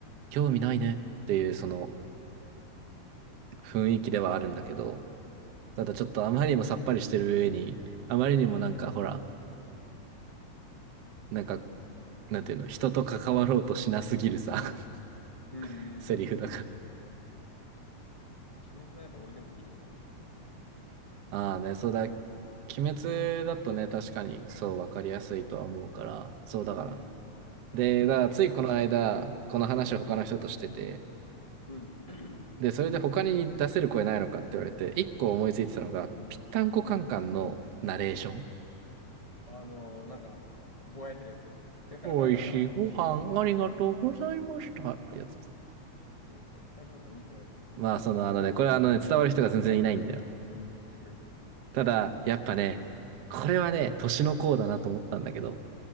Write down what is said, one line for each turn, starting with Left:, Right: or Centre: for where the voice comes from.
Right: 興味ないねっていうその雰囲気ではあるんだけど、ただちょっとあまりにもさっぱりしてる上に、あまりにもなんかほら、なんかなんていうの、人と関わろうとしなすぎるさ、
Left: うんうんうんうん。
Right: <laughs> セリフだから。
Left: まあ、鬼滅の刃、俺でもギリわかる。
Right: ああね、そうだ、鬼滅だとね、確かにそう分かりやすいとは思うから、そうだから。
Left: うん、
Right: で、だからついこの間、この話を他の人としてて、
Left: うん、<clears throat>
Right: で、それで他に出せる声ないのかって言われて、一個思いついてたのが、
Left: うん、
Right: ぴったんこカンカンのナレーション。
Left: うん。あのーなんか、ぼやってるやつ。<laughs>
Right: おいしいご飯ありがとうございましたってやつです。
Left: うんちょっと、北くなんか見てないからちょっとわかんないけど。
Right: まあ、その、あのね、これはあのね、伝わる人が全然いないんだよ。
Left: うん
Right: ただ、やっぱね、これはね、年の功だなと思ったんだけど、